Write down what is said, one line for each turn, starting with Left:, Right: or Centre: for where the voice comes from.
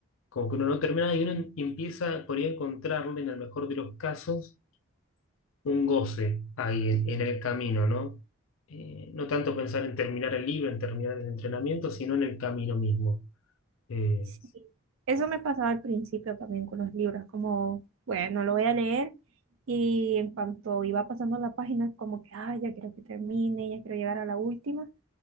Left: como que uno no termina y uno empieza por ahí a encontrarle, en el mejor de los casos, un goce ahí en, en el camino, ¿no? Eh, no tanto pensar en terminar el libro, en terminar el entrenamiento, sino en el camino mismo. Eh,
Right: Sí, eso me pasaba al principio también con los libros, como, bueno, lo voy a leer y en cuanto iba pasando la página, como que, ah, ya quiero que termine, ya quiero llegar a la última,